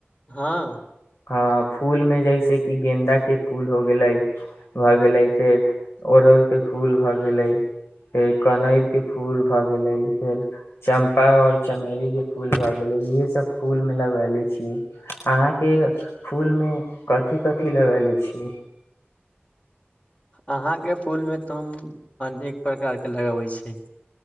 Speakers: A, on the left; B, on the left.
A: हँ
B: हँ फूलमे जैसे कि गेन्दाके फूल हो गेलै भऽ गेलै फेर ओड़हुलके फूल भऽ गेलै फेर कनरके फूल भऽ गेलै फेर चम्पा आओर चमेलीके फूल भऽ गेलै इएहे सभ फूलमे लगैले छी अहाँके फूलमे कथी कथी लगैले छी
A: अहाँके फूल मे तऽ हम अनेक प्रकार के लगबै छी